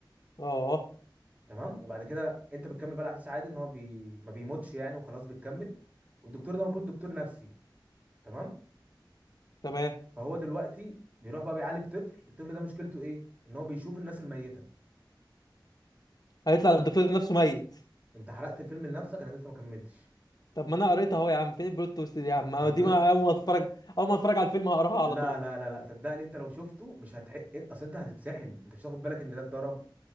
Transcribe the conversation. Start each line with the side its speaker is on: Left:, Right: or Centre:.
Left: اه
Right: تمام وبعد كده انت بتكمل بقى الاحداث عادي ان هو بي... ما بيموتش يعني وخلاص بتكمل والدكتور ده المفروض دكتور نفسي تمام
Left: تمام
Right: فهو دلوقتي بيروح بقى بيعالج طفل الطفل ده مشكلته ايه ان هو بيشوف الناس الميتة
Left: هيطلع الدكتور نفسه ميت
Right: انت حرقت الفيلم لنفسك انا لسه ما كملتش
Left: طب ما انا قريتها اهو يا عم فين البلوت تويست دي يا عم ما
Right: ما هو
Left: دي
Right: بلوت
Left: ما اول ما اتفرج اول ما اتفرج على الفيلم هقراها على
Right: لا
Left: طول
Right: لا لا لا صدقني انت لو شفته مش هتح اصل انت هتتسحل انت مش هتاخد بالك ان ده اتضرب